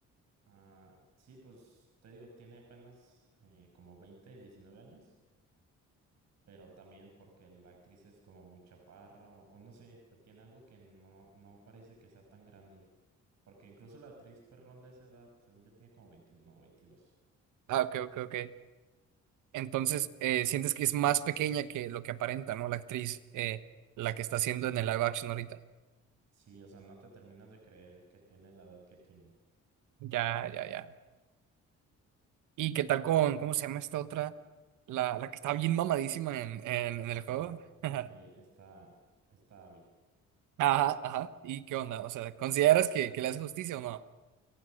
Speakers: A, on the right; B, on the right.
A: Ah, sí, pues te digo, tiene apenas eh, como 20 19 años. pero también porque la actriz es como muy chaparra o, o no sé, pe- tiene algo que no, no parece que sea tan grande. Porque incluso la actriz pues ronda esa edad, según yo tiene como 21 o 22.
B: Ah, ok, ok, ok. Entonces, eh, sientes que es más pequeña que lo que aparenta, ¿no? La actriz, eh, la que está haciendo en el live action ahorita.
A: Sí, o sea, no te terminas de creer que tiene la edad que tiene.
B: Ya, ya, ya. ¿Y qué tal con, cómo se llama esta otra? La, la que está bien mamadísima en, en, en el juego.
A: Ah,
B: <laughs>
A: ahí está, está Abby.
B: Ajá, ajá. ¿Y qué onda? O sea, ¿consideras que, que le hace justicia o no?